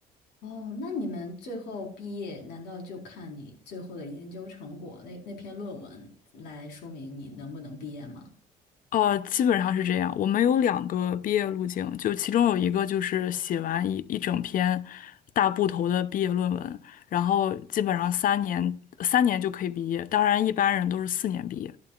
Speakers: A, on the left; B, on the left.
A: 哦，那你们最后毕业，难道就看你最后的研究成果那那篇论文来说明你能不能毕业吗？
B: 呃，基本上是这样。我们有两个毕业路径，就其中有一个就是写完一一整篇大部头的毕业论文，然后基本上三年三年就可以毕业。当然，一般人都是四年毕业。